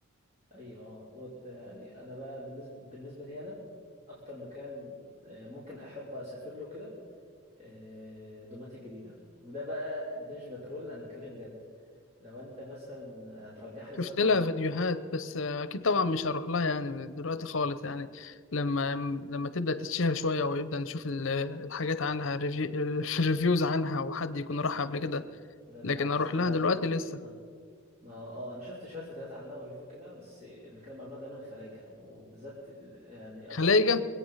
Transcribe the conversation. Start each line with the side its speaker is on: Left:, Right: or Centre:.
Right: ايوه اه وت- يعني انا بقى بالنسبه بالنسبه لي انا اكتر مكان آه، ممكن احب اسافر له كده آه، دوماتي الجديده وده بقى ده مش بترول انا بتكلم بجد لو انت مثلا هترجح لي سواق
Left: شفت لها
Right: او
Left: فيديوهات بس آه، اكيد طبعا مش هروح لها يعني دلوقتي خالص يعني لما لما تبدا تتشهر شويه ويبدا نشوف ال- الحاجات عنها الريفي... <laughs> الريفيوز عنها وحد يكون راح قبل كده
Right: ده بالعكس
Left: لكن اروح
Right: انا
Left: لها دلوقتي لسه
Right: اه ما اه انا شفت شويه فيديوهات عنها وريفيو كده بس اللي كانوا بيعملوها دايما خلايجه وبالذات ال- يعني اكتر
Left: خلايجه